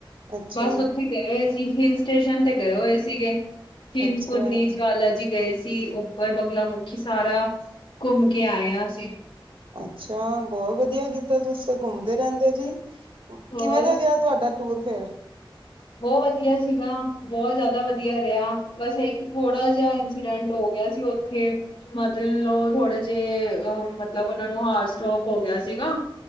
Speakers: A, on the right; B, on the left.
A: ਅੱਛਾ,
B: ਬਸ
A: ਅੱਛਾ,
B: ਉੱਥੇ ਗਏ ਹੋਏ ਸੀ ਹਿਲ ਸਟੇਸ਼ਨ ਤੇ ਗਏ ਹੋਏ ਸੀਗੇ ਚਿੰਤਪੁਰਨੀ,
A: ਅੱਛਾ ਅੱਛਾ
B: ਜਵਾਲਾ ਜੀ। ਗਏ ਸੀ ਉੱਪਰ ਬੰਗਲਾ ਮੁੁਖੀ ਸਾਰਾ ਘੁੰਮ ਕੇ ਆਏਆਂ ਅਸੀਂ।
A: ਅੱਛਾ ਬੋਹ ਵਦੀਆ ਕੀਤਾ ਤੁਸੀ ਤੇ ਘੁੰਮਦੇ ਰੈੰਦੇ ਜੀ
B: ਹੋਰ
A: ਕਿਵੇਂ ਦਾ ਗਿਆ ਤੁਆਡਾ ਟੂਰ ਫੇਰ?
B: ਬੋਹ ਵਦੀਆ ਸੀਗਾ। ਬੋਹ ਜ਼ਾਅਦਾ ਵਦੀਆ ਰਿਆ ਬਸ ਏ ਕੀ ਥੋੜਾ ਜਾ ਇੰਸੀਡੈਂਟ ਹੋ ਗਿਆ ਸੀ ਓਥੇ। ਮਦਰ ਇਨ ਲੋ ਥੋੜੇ ਜੇ ਅ ਮਤਲਬ ਓਨਾਂ ਨੂੰ ਹਾਰ ਸਟ੍ਰੋਕ ਹੋ ਗਿਆ ਸੀਗਾ।